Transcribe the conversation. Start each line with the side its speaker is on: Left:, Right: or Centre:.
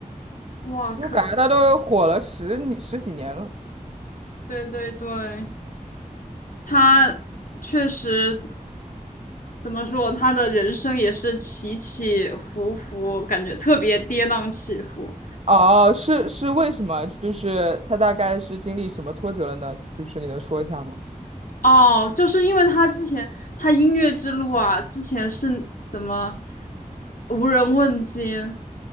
Left: 哇，
Right: 因为我感觉她都火了十年十几年了。
Left: 可对对对，她确实怎么说，她的人生也是起起伏伏，感觉特别跌宕起伏。
Right: 哦，是是为什么？就是她大概是经历什么挫折了呢？就是你能说一下吗？
Left: 哦，就是因为她之前她音乐之路啊，之前是怎么无人问津，